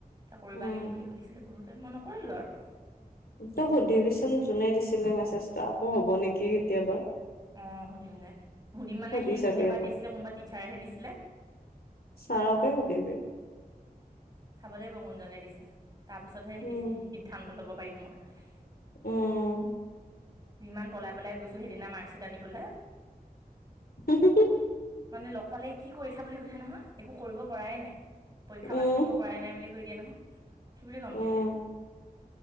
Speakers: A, on the right; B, on the left.
A: ত কৰিবা
B: উম,
A: নেকি বুলি সুধিছিলে বহুতে মই নকৰিলো আৰু
B: তই সুধিবিচোন যোনে মেছেজটো আকৌ হ'ব নেকি কেতিয়াবা
A: অ', সুধিম দে সুধিম মানে
B: সুধি
A: সেই
B: চাবি
A: কোনেবা
B: এবাৰ,
A: দিছিলে কোনোবা টিচাৰেহে দিছিলে।
B: ছাৰকে সুধিবি
A: চাব লাগিব কোনজনে দিছে তাৰ পিছতহে সি
B: উম,
A: দিছে সি সিদ্ধান্ত লব পাৰিম মই
B: উম',
A: ইমান পলাই পেলাই গৈছো। সেইদিনা মাৰ্কশ্বিট আনিবলৈ
B: <inaudible>
A: মানে লগ পালে কি কৰিছা বুলি সোধা নহয় একো কৰিব পৰাই নাই। পৰীক্ষা
B: উম,
A: পাছ কৰিব পৰাই নাই বুলি কৈ দিয়ে নহয় কি বুলি কম
B: উম,
A: তেতিয়া